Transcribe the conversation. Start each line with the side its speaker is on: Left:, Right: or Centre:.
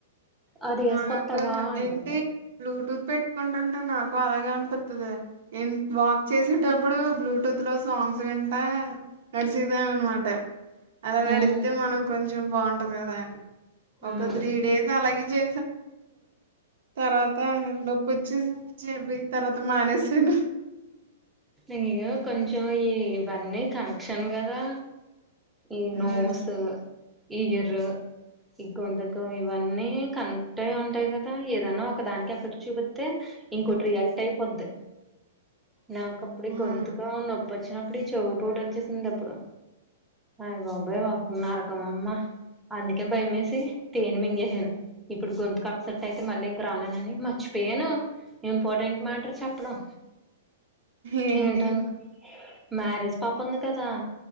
Centre: అది
Right: నాకు
Centre: ఎస్కొస్తవ అంటుంది
Right: ఏంటి బ్లూటూత్ పెట్టుకుంటుంటే నాకు అలాగ అనిపతుంది వాక్ చేసేటప్పుడు బ్లూటూత్ లో సాంగ్స్ వింటా నడిచదాన అనమాట అలా నడితే
Centre: ఉమ్
Right: మనం కొంచం <unintelligible> బాగుంటది కదా అని
Centre: ఉమ్
Right: ఒక త్రీ డేస్ అలాగే చే తర్వాత నొప్పిచ్చేసి చెబి తర్వాత మానేసాను
Centre: ఇక కొంచెం ఈవన్నీ కనెక్షన్ కదా ఈ
Right: హ్మ్.
Centre: నోస్ ఇయరు ఈ గొంతుకు ఇవన్నీ కనెక్ట్ అయి ఉంటాయి కదా ఏదనా ఒక దానికి ఎఫెక్ట్ చూపితే ఇంకోటి రియాక్ట్ అయిపోద్ నాక అప్పుడు
Right: అవును.
Centre: గొంతుగా <unintelligible> నప్పు ప్పు వచ్చినప్పుడు ఈ చవు పొట్టు వచ్చేసింది ఎప్పుడు అయ్ బాబాయ్ నరకం అమ్మ అందుకే భయమేసి తేనె మింగేసాను ఇప్పుడు గొంతుకు అప్సెట్ అయితే మళ్ళీ ఇంక రాలేనని మర్చిపోయాను ఇంపార్టెంట్ మ్యాటర్ చెప్పడం
Right: ఏంటి
Centre: ఏంటను మ్యారేజ్ పాప ఉంది కదా